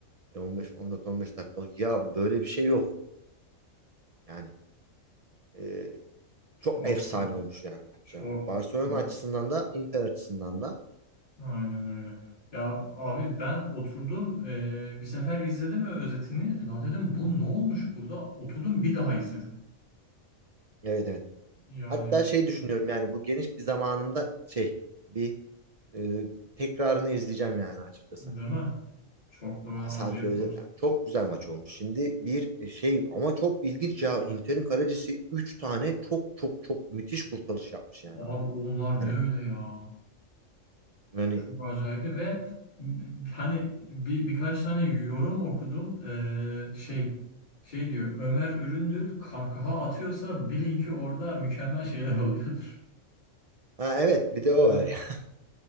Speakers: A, on the right (about 60°); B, on the left (about 40°).
A: E, 15 14-15 dakikalık. Ya böyle bir şey yok. Yani e,
B: Çok
A: çok efsane
B: film.
A: olmuş yani maç
B: Çok
A: ya. Barcelona
B: çok.
A: açısından da Inter açısından da.
B: Aynen öyle. Ya abi ben oturdum eee, bir sefer izledim özetini. La dedim bu ne olmuş burada? Oturdum bir daha izledim.
A: Evet evet.
B: Yani
A: Hatta şey düşünüyorum yani bu geniş bir zamanımda şey bir e, tekrarını izleyeceğim yani açıkçası.
B: değil mi? Çok böyle acayip
A: sadece özetler.
B: maç.
A: Çok güzel maç olmuş. Şimdi bir e, şey ama çok ilginç ya. Inter'in kalecisi 3 tane çok çok çok müthiş kurtarış yapmış yani
B: Abi
A: ama.
B: onlar
A: Hani
B: ne öyle ya?
A: hani
B: Çok acayipli ve b- hani bir birkaç tane yorum okudum. Eee, şey
A: Hı hı.
B: şey diyor Ömer Üründül kahkaha atıyorsa bilin ki orada mükemmel şeyler oluyordur.
A: ha evet bir de
B: <laughs>
A: o var ya. <laughs>